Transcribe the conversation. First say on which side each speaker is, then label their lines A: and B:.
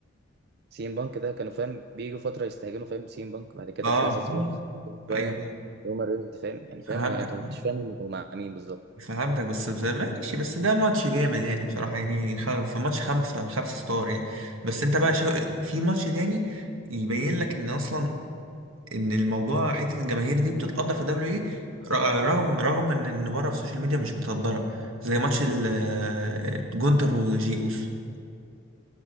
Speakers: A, on the right (about 50°); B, on the right (about 85°).
A: سي ام بانك ده كانوا فاهم بيجوا فتره يستهجنوا فاهم سي ام بانك بعد كده
B: اه آه.
A: شويه سيس رولينز شويه
B: ايوه
A: رومان رينز فاهم يعني
B: فهمتك
A: فاهم هو- انت ما كنتش فاهم هم كانوا مع مين بالظبط
B: فهمتك بس بس ماشي بس ده ماتش جامد يعني بصراحة يعني خ- في ماتش خمسة خمسة ستار يعني بس انت بقى شو في ماتش تاني يبين لك ان اصلا ان الموضوع حتة الجماهير دي بتتقدر في دبليو ايه رغم رغم ان ان بره في السوشيال ميديا مش متقدرة زي ماتش ال- جونتر وجيوس